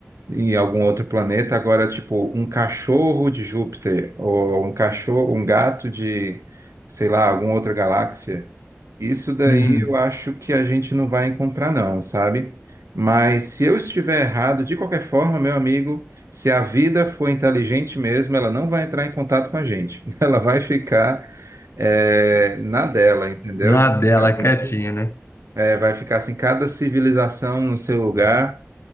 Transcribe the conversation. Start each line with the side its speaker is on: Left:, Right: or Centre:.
Right: em algum outro planeta. Agora, tipo, um cachorro de Júpiter ou um cachorro, um gato de, sei lá, alguma outra galáxia. Isso daí
Left: uhum.
Right: eu acho que a gente não vai encontrar, não, sabe? Mas se eu estiver errado, de qualquer forma, meu amigo, se a vida for inteligente mesmo, ela não vai entrar em contato com a gente. <laughs> Ela vai ficar, eh, na dela, entendeu?
Left: Na dela,
Right: Realmente,
Left: quietinha, né?
Right: eh, vai ficar assim, cada civilização no seu lugar,